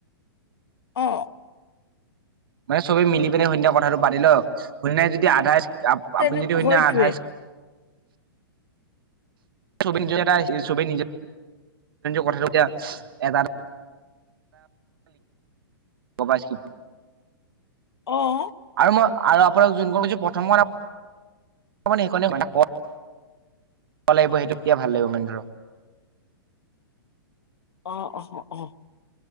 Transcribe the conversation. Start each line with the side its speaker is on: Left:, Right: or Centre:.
Left: অ।
Right: মানে চবে মিলি পিনে সন্ধ্যা কথাটো পাতি ল‌ওঁক। সন্ধ্যা যদি আধাই আপুনি
Left: তেনে
Right: যদি সন্ধ্যা
Left: হয়তোৱে
Right: আধা চবে নিজৰ এটা ই চবে নিজে কথাটো এটা <unintelligible> কবছ <unintelligible>
Left: অঁ।
Right: আৰু মই আৰু আপোনাক যোনখন কৈছোঁ প্ৰথম সেইখনেই <unintelligible> লাগিব সেইটো তেতিয়া ভাল লাগিব মানে ধৰক।
Left: অ অ অ।